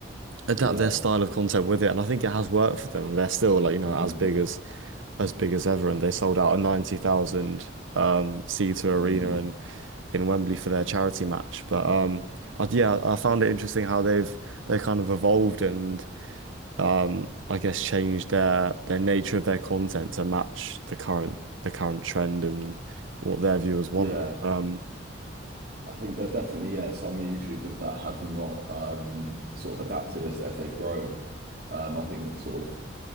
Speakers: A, on the right; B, on the right.
A: adapt
B: yeah.
A: their style of content with it, and I think it has worked for them. They're still like you know
B: Mm,
A: as big as as big as ever, and they sold out a ninety thousand um seater arena
B: mm,
A: and in Wembley for their charity match. But
B: mm.
A: um, I, yeah, I found it interesting how they've they kind of evolved and um I guess changed their their nature of their content to match the current the current trend and what their viewers want.
B: Yeah.
A: Um,
B: I think there's definitely, yeah, some YouTubers that have not um sort of adapted as as they've grown. Um, I think sort of